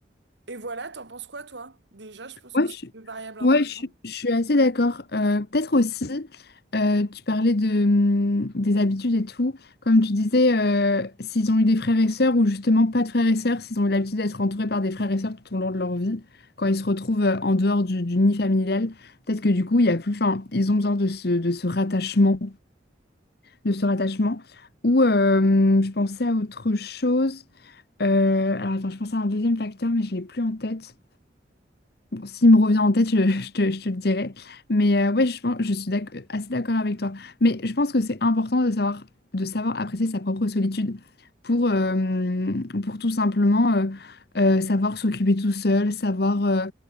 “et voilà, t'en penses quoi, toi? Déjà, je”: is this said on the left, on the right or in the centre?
Right